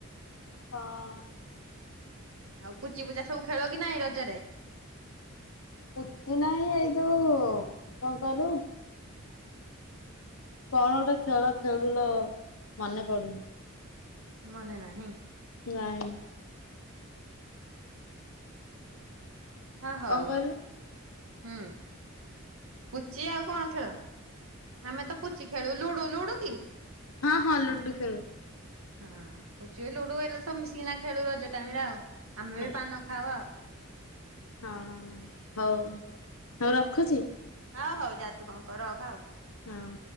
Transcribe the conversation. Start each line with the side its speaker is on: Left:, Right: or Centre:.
Left: ହଁ।
Right: ଆଉ କୁଚି ପୁଚା ସବୁ ଖେଳ କି ନାହିଁ ରଜରେ?
Left: ପୁଚି ନାହିଁ ଏଇ ଯୋଉ କଣ କହିଲୁ କଣ ଗୋଟେ ଖେଳ ଖେଳୁଲୋ ମନେ ପଡୁନି
Right: ମନେ ନାହିଁ?
Left: ନାଇଁ।
Right: ହଁ ହଉ
Left: କଣ କହିଲୁ
Right: ହୁଁ ପୁଚି ଆଉ କଣ ଖେଳ? ଆମେ ତ ପୁଚି ଖେଳୁ ଲୁଡୁ ଲୁଡୁ କି?
Left: ହଁ ହଁ ଲୁଡୁ ଖେଳୁ।
Right: ହଁ ପୁଚି ଲୁଡୁ ଏ ସବୁ ମିଶିକିନା ଖେଳୁ ରଜ ଟାଇମରେ ଆଉ। ଆମେ
Left: ହଁ
Right: ବି ପାନ ଖାଉ ଆଉ।
Left: ହଁ ହଉ ହଉ ରଖୁଛି।
Right: ହଁ ହଉ ଯା ତୁ କଣ କର ରଖ ଆଉ।
Left: ହଁ।